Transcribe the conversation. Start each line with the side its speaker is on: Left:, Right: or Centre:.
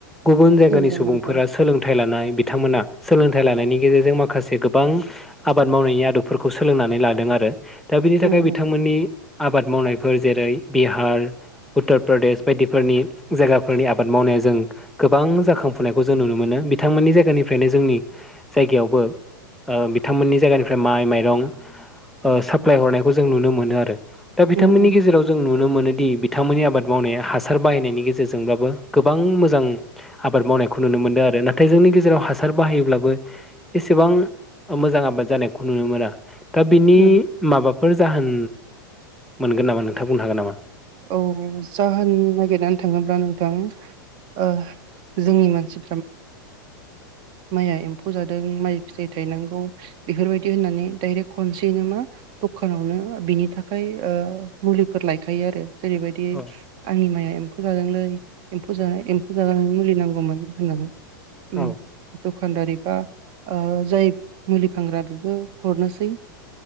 Centre: गुबुन जायगानि
Right: नंगौ
Centre: सुबुंफोरा
Right: नोंथां
Centre: सोलोंथाइ लानाय बिथांमोना सोलोंथाइ लानायनि गेजेरजों माखासे गोबां आबाद मावनायनि आदबफोरखौ सोलोंनानै लादों आरो दा बिनि थाखाय
Right: उम
Centre: बिथांमोननि
Right: उम
Centre: आबाद मावनायफोर जेरै बिहार उत्तर प्रदेश बायदिफोरनि जायगाफोरनि आबाद मावनाया जों गोबां जाखांफुनायखौ जों नुनो मोनो बिथांमोननि जाय जायगानिफ्रायनो जोंनि जायगायावबो ओ बिथांमोननि जायगानिफ्राय माइ माइरं ओ साप्लाय हरनायखौ जों नुनो मोनो। आरो दा बिथांमोननि
Right: उम उम
Centre: गेजेराव जों नुनो मोनोदि बिथांमोननि आबाद मावनाया हासार बाहायनायनि गेजेरजोंब्लाबो गोबां मोजां आबाद मावनायखौ नुनो मोनदों आरो नाथाय जोंनि गेजेराव हासार बाहायोब्लाबो एसेबां मोजां आबाद जानायखौ नुनो मोना दा बिनि
Right: उम
Centre: माबाफोर जाहोन मोनगोन नामा नोंथां बुंनो हागोन नामा?
Right: औ जाहोन नागिरनानै थाङोब्ला नोंथां ओ जोंनि मानसि <unintelligible> माइआ एम्फौ जादों माइ फिथाइ थायनांगौ बेफोरबायदि होननानै डायरेक्ट खनसेयैनो मा दखानावनो बिनि थाखाय ओ मुलिफोर लायखायो आरो जेरैबायदि
Centre: औ
Right: आंनि माइया एम्फौ जादोंलै एम्फौ जानाय एम फुजा जानायनि मुलि नांगौमोन होननानै उम
Centre: औ
Right: दखानदारि बा ओ जाय मुलि फानग्रा बेबो हरनोसै